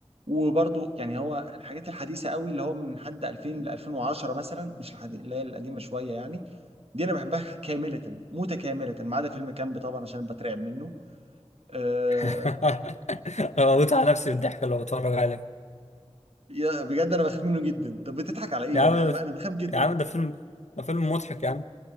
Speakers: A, on the right; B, on the left.
A: وبرضو يعني هو الحاجات الحديثه قوي اللي هو من حد 2000 ل 2010 مثلا مش الحديث اللي هي القديمه شويه يعني دي انا بحبها كامله متكامله ما عدا فيلم كامب طبعا عشان بترعب منه أه
B: <laughs> أنا بموت على نفسي بالضحك لو بتفرج عليه
A: يا- بجد انا بخاف منه جدا طب بتضحك على ايه
B: يا عم
A: يعني انا انا بخاف جدا
B: يا عم ده فيلم ده فيلم مضحك يا عم